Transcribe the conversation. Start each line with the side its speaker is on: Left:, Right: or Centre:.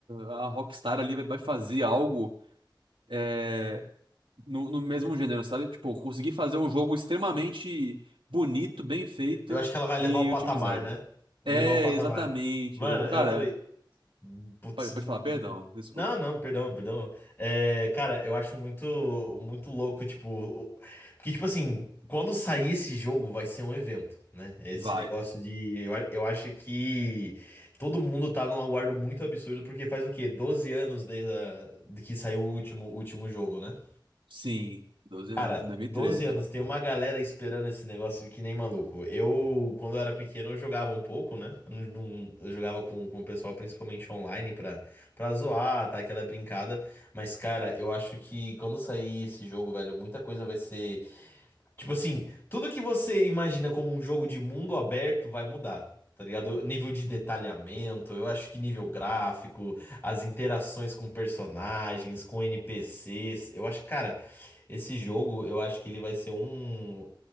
Right: a Rockstar ali vai vai fazer algo é, no, no mesmo gênero, sabe? Tipo, conseguir fazer um jogo extremamente bonito, bem feito
Left: eu acho que ela vai levar
Right: e
Left: o patamar,
Right: otimizado.
Left: né? Levar
Right: É,
Left: o patamar.
Right: exatamente.
Left: Mano,
Right: exa-
Left: eu
Right: Cara,
Left: também. Putz,
Right: pode, pode
Left: mu-
Right: falar, perdão, desculpa.
Left: não, não, perdão, perdão. É, cara, eu acho muito, muito louco, tipo, o- porque, tipo assim, quando sair esse jogo vai ser um evento, né? Esse
Right: Vai.
Left: negócio de, eu, a- eu acho que todo mundo tá num aguardo muito absurdo, porque faz o quê? doze anos desde a- de que saiu o último, o último jogo, né?
Right: Sim, 12
Left: Cara,
Right: anos, em 2013.
Left: 12 anos, tem uma galera esperando esse negócio que nem maluco. Eu, quando eu era pequeno, eu jogava um pouco, né? Eu, não- não- eu jogava com, com o pessoal, principalmente online, pra, pra zoar, tá? Aquela brincada. Mas, cara, eu acho que quando sair esse jogo, velho, muita coisa vai ser Tipo assim, tudo que você imagina como um jogo de mundo aberto vai mudar, tá ligado? Nível de detalhamento, eu acho que nível gráfico, as interações com personagens, com NPCs, eu acho, cara, esse jogo, eu acho que ele vai ser um.